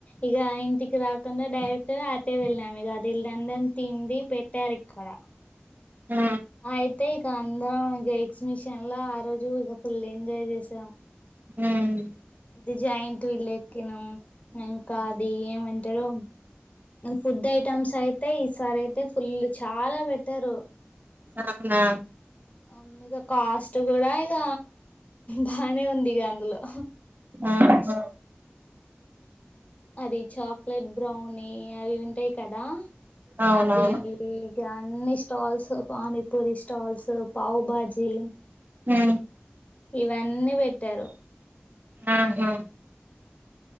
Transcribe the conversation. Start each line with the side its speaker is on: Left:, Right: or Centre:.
Left: ఇక ఇంటికి రాకుండా డైరెక్ట్ అటే వెళ్ళం ఇక అది ఇల్దండి అని తింది పెట్టారు ఇక్కడ
Right: హ
Left: అయితే ఇక అందరం ఎగ్జి మిషన్ లో ఆ రోజు ఇక ఫుల్ ఎంజాయ్ చేసాం
Right: హ్మ్
Left: ఇది జాయింట్ విల్లెక్కినం ఇంకా అది ఏమంటారు ఫుడ్ ఐటమ్స్ అయితే ఈ సారి అయితే ఫుల్ చాలా పెట్టారు
Right: అవునా
Left: అవును ఇక కాస్ట్ కూడా ఇక బానే ఉంది ఇక అందులో
Right: ఆహా
Left: అది చాక్లెట్ బ్రౌనీ అవి ఉంటాయి కదా
Right: అవునవును
Left: అవి ఇక అన్ని స్టాల్స్ పానీపూరి స్టాల్స్ పావు బాజీ
Right: హ
Left: ఇవన్నీ పెట్టారు
Right: ఆహా